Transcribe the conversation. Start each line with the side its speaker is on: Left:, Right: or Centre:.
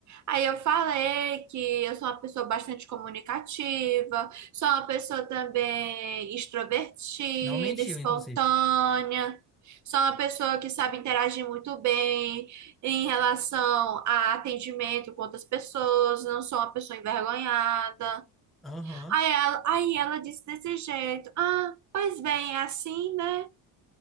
Right: Aí eu falei que eu sou uma pessoa bastante comunicativa, sou uma pessoa também extrovertida,
Centre: Não mentiu,
Right: espontânea,
Centre: inclusive.
Right: sou uma pessoa que sabe interagir muito bem em relação a atendimento com outras pessoas, não sou uma pessoa envergonhada.
Centre: Aham,
Right: Aí ela, aí ela disse desse jeito: Ah, pois bem, é assim, né?